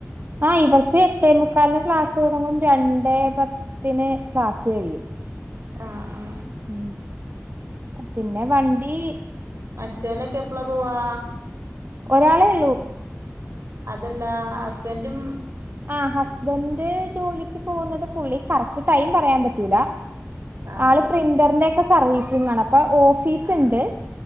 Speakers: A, on the right; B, on the right.
A: ആഹ് ഇവക്ക് എട്ടേ മുക്കാലിന് ക്ലാസ്സൊട്ങ്ങും രണ്ടെ പത്തിന് ക്ലാസ് കഴിയും.
B: ആഹ് ആഹ്
A: ഉം പിന്നെ വണ്ടീ
B: മറ്റോലെക്കെപ്പളാ പോവ്വാ?
A: ഒരാളേ ള്ളൂ.
B: അതല്ല ഹസ്ബെന്റും
A: ആഹ് ഹസ്ബെൻ് ജോലിക്ക് പോവുന്നത് പുള്ളി കറക്റ്റ് ടൈം പറയാം പറ്റൂല്ലാ.
B: ആഹ്
A: ആള്
B: ആഹ്
A: പ്രിന്ററിന്റെക്കെ സർവ്വീസിംഗാണ്. അപ്പൊ ഓഫീസ്ണ്ട്
B: ആഹ്